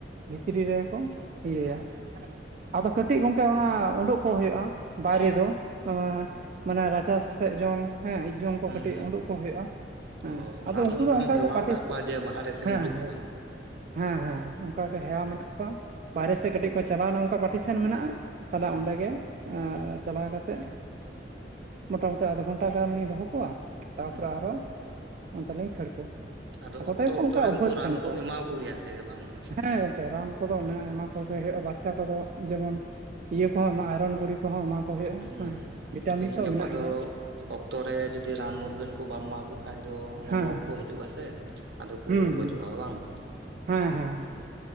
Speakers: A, on the right (about 45°); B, on the right (about 70°).
A: ᱵᱷᱤᱛᱨᱤ ᱨᱮᱜᱮ ᱠᱚ ᱤᱭᱟᱹᱭᱟ
B: ᱦᱻ
A: ᱟᱫᱚ ᱠᱟᱹᱴᱤᱡ ᱜᱚᱝᱠᱮ ᱚᱱᱟ ᱩᱰᱩᱠ ᱠᱚ ᱦᱩᱭᱩᱜᱼᱟ ᱵᱟᱭᱨᱮ ᱫᱚ ᱮ ᱢᱟᱱᱮ ᱨᱟᱪᱟ ᱥᱮᱮᱫ ᱡᱚᱝ ᱦᱮᱸ ᱦᱤᱡ ᱡᱚᱝ ᱠᱚ
B: ᱦᱩᱸ
A: ᱠᱟᱹᱴᱤᱡ
B: ᱦᱩᱸ
A: ᱩᱸᱰᱩᱠ ᱠᱚ ᱦᱩᱭᱩᱜᱼᱟ ᱦᱮᱸ
B: ᱚ
A: ᱟᱫᱚ
B: ᱚᱱᱟ
A: ᱩᱱᱠᱩ
B: ᱚᱱᱠᱟᱢ
A: ᱫᱚ ᱚᱱᱠᱟᱟᱜ
B: ᱦᱮᱣᱟᱣ
A: ᱜᱮ ᱯᱟᱨᱴᱤᱥ
B: ᱟᱠᱟᱫ ᱠᱚᱣᱟ ᱡᱮ ᱵᱟᱦᱨᱮ ᱥᱮᱫ
A: ᱦᱮᱸ
B: ᱮᱢ ᱩᱰᱩᱠ
A: ᱦᱮᱸ
B: ᱠᱚᱣᱟ
A: ᱦᱮᱸ ᱦᱮᱸ ᱚᱱᱠᱟᱜ ᱦᱮᱣᱟ ᱢᱮᱱᱟᱜ ᱠᱚᱣᱟ ᱵᱟᱦᱨᱮ ᱥᱮᱫ ᱠᱟᱹᱴᱤᱡ ᱠᱚ ᱪᱟᱞᱟᱣᱱᱟ ᱚᱱᱠᱟ ᱯᱟᱴᱤᱥᱮᱱ ᱢᱮᱱᱟᱜᱼᱟ ᱾ ᱛᱟᱦᱚᱞᱮ
B: ᱦᱩᱸ
A: ᱚᱸᱰᱮ ᱜᱮ ᱪᱟᱞᱟᱣ ᱠᱟᱛᱮᱮᱫ ᱢᱚᱴᱟᱢᱩᱴᱤ ᱟᱫᱷ ᱜᱷᱚᱱᱴᱟ ᱜᱟᱱᱞᱤᱤᱧ ᱫᱚᱦᱚ ᱠᱚᱣᱟ ᱾ ᱛᱟᱯᱚᱨᱮ
B: ᱦᱩᱸ
A: ᱟᱨᱚ ᱚᱱᱛᱮ ᱞᱤᱧ ᱠᱷᱟᱹᱲ ᱠᱚᱣᱟ
B: ᱟᱫᱚ
A: ᱟᱠᱚᱛᱮᱜᱮ
B: ᱚᱠᱛᱚ
A: ᱠᱚ
B: ᱚᱠᱛᱚ
A: ᱚᱱᱠᱟ
B: ᱨᱮ
A: ᱩᱵᱵᱟᱹᱥ
B: ᱩᱱᱠᱩ ᱨᱟᱱ
A: ᱠᱟᱱᱟ
B: ᱠᱚᱢ
A: ᱠᱚ
B: ᱮᱢᱟᱠᱚ ᱜᱮᱭᱟ ᱥᱮ ᱵᱟᱝᱜᱮ
A: ᱦᱮᱸ ᱜᱚᱝᱠᱮ ᱨᱟᱱ ᱠᱚᱫᱚ ᱢᱮᱱᱟᱜᱼᱟ ᱮᱢᱟ ᱠᱚᱜᱮ ᱦᱩᱭᱩᱜᱼᱟ ᱵᱟᱪᱪᱟ ᱠᱚᱫᱚ ᱡᱮᱢᱚᱱ ᱤᱭᱟᱹ ᱠᱚᱦᱚᱸ ᱟᱭᱨᱚᱱ ᱵᱩᱲᱤ ᱠᱚᱦᱚᱸ ᱮᱢᱟ ᱠᱚ ᱦᱩᱭᱩᱜᱼᱟ
B: ᱦᱩᱸ
A: ᱦᱮᱸ
B: ᱦᱩᱸ
A: ᱵᱷᱤᱴᱟᱢᱤᱱ
B: ᱛᱮᱦᱤᱧ
A: ᱛᱚ
B: ᱜᱟᱯᱟ
A: ᱢᱮᱱᱟᱜ
B: ᱫᱚ
A: ᱜᱮᱭᱟ
B: ᱚᱠᱛᱚ ᱨᱮ ᱡᱩᱫᱤ ᱨᱟᱱ ᱢᱩᱨᱜᱟᱹᱱ ᱠᱚ ᱵᱟᱢ ᱮᱢᱟᱠᱚ ᱠᱷᱟᱡ ᱫᱚ ᱚᱱᱮ
A: ᱦᱮᱸ
B: ᱨᱳᱜᱽ ᱠᱚ ᱦᱤᱡᱩᱜᱼᱟᱥᱮ ᱾ ᱟᱫᱚ ᱠᱚ
A: ᱦᱩᱸ
B: ᱜᱚᱡᱚᱜᱼᱟ
A: ᱦᱩᱸ
B: ᱵᱟᱝ?
A: ᱦᱮᱸ ᱦᱮᱸ